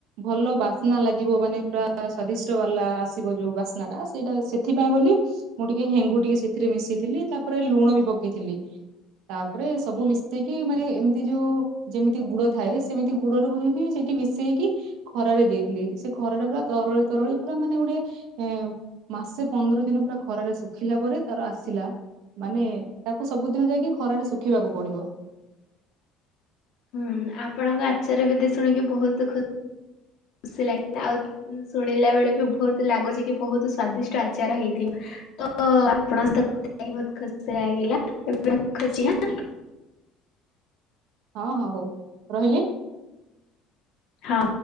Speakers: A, on the right (about 70°); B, on the left (about 60°).
A: ଭଲ ବାସ୍ନା ଲାଗିବ ମାନେ ପୁରା ସ୍ଵାଦିଷ୍ଟ ବାଲା ଆସିବ ଯୋଉ ବାସ୍ନା ଟା ସେଇଟା ସେଥିପାଇଁ ବୋଲି ମୁଁ ଟିକେ ହେଙ୍ଗୁ ଟିକେ ସେଥିରେ ମିଶେଇଥିଲି ତାପରେ ଲୁଣ ବି ପକେଇଥିଲି। ତାପରେ ସବୁ ମିଶେଇକି ମାନେ ଏମିତି ଯୋଉ ଯେମିତି ଗୁଡ଼ ଥାଏ ସେମିତି ଗୁଡ଼ ରୁ ହେଇକି ସେଇଠି ମି ସେଇକି ଖରାରେ ଦେଇଥିଲି ସେ ଖରାରେ ପୁରା ତରଳି ତରଳି ପୁରା ମାନେ ଗୋଟେ ଏ ମାସେ ପନ୍ଦର ଦିନ ପୁରା ଖରାରେ ଶୁଖିଲା ପରେ। ତାର ଆସିଲା ମାନେ ତାକୁ ସବୁଦିନ ଯାଇକି ଖରାରେ ଶୁଖିବାକୁ ପଡିବ।
B: ହୁଁ ଆପଣଙ୍କ ଆଚାର ବିଧି ଶୁଣିକି ବହୁତୁ ଖୁସି ଲାଗଛି ଆଉ ଶୁଣିଲା ବେଳେ ବି ବହୁତ ଲାଗୁଛି କି ବହୁତ ସ୍ଵାଦିଷ୍ଟ ଆଚାର ହେଇଥିବ। ତ ଆପଣଙ୍କ ସହିତ କଥା ହେଇକି ବହୁତ ଖୁସି ଲାଗିଲା ଏବେ ରଖୁଛି ଆଁ
A: ହଁ ହଁ ହଉ ରହିଲି ଆଁ।
B: ହଁ।